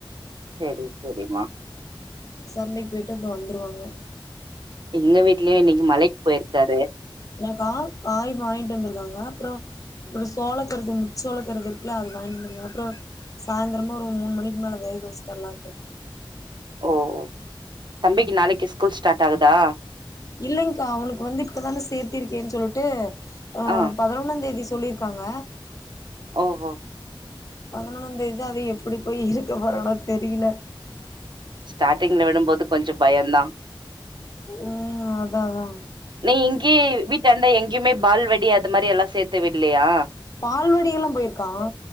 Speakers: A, on the right (about 60°); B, on the left (about 40°).
A: சேரி செரிமா
B: சந்தைக்கு போய்ட்டு <unintelligible> வந்துருவாங்க
A: எங்க வீட்லயு இன்னைக்கு மலைக் பொயிற்க்காரு
B: ஏன கா காய் வாயின்ட்டு வந்திருக்காங்க அப்றோ அப்றோ சோளக்கருது மு சோளக்கருது இருக்குல்ல அது வாங்கிட்டு வந்திருக்காங்க அப்றோ சாயந்திரமா ஒரு மூணு மணிக்கு மேல வேக வச்சு தரலான்னு இருக்கே
A: ஓ ஓ தம்பிக்கி நாளைக்கு ஸ்கூல் ஸ்டார்ட் ஆகுதா
B: இல்லைங்க்கா அவுனுக்கு வந்து இப்போ தானே சேத்தியிருக்கேன்னு சொல்ட்டு ஆஹ்
A: ஆ
B: பதினொன்னாந்தேதிஸ் சொல்லிருக்காங்க
A: ஓஹோ
B: பதினொன்னாம்ந்தேதிதா அது எப்டி போய் இருக்க போறானோ தெரியல
A: ஸ்டார்ட்டிங்ல விடும்போது கொஞ்சோ பயந்தா
B: ம் அதா அதா
A: நீ இங்கே வீட்டான்ட எங்கயுமே பால்வடி அது மாரி எல்லா சேத்து விட்லையா
B: பால்வடில்லா போயிருக்கான்